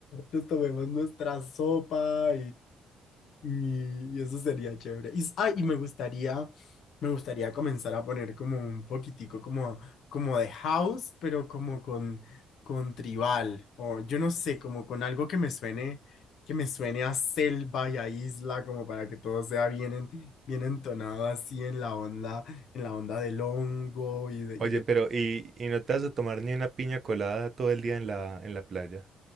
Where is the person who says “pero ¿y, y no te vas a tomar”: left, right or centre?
Right